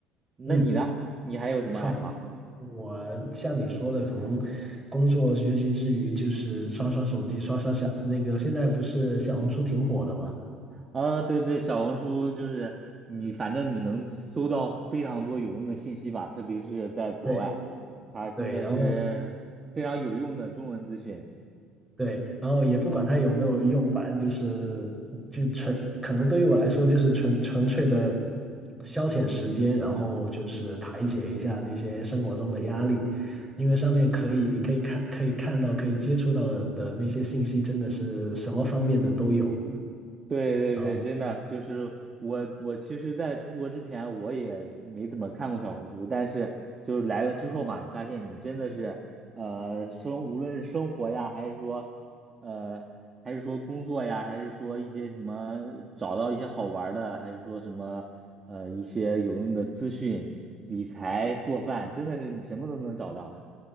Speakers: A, on the right (about 25°); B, in the centre.
A: 那你呢？
B: 嗯，
A: 你还有什么爱好？
B: 差不多。我像你说的，可能工作学习之余，就是刷刷手机，刷刷小那个。现在不是小红书挺火的嘛？
A: 啊，对对，小红书就是你，反正你能搜到非常多有用的信息吧，特别是在国外，
B: 对
A: 它真的是非常有用的中文资讯。
B: 对，然后对，然后也不管它有没有用，反正就是就纯，可能对于我来说就是纯纯粹的消遣时间，然后就是排解一下那些生活中的压力，因为上面可以，你可以看，可以看到，可以接触到的的那些信息，真的是什么方面的都有。
A: 对对对，
B: 然后。
A: 真的就是我，我其实在出国之前我也没怎么看过小红书，但是就是来了之后嘛，你发现你真的是，呃，生无论是生活呀，还是说，呃，还是说工作呀，还是说一些什么找到一些好玩儿的，还是说什么，呃，一些有用的资讯、理财、做饭，真的是你什么都能找到。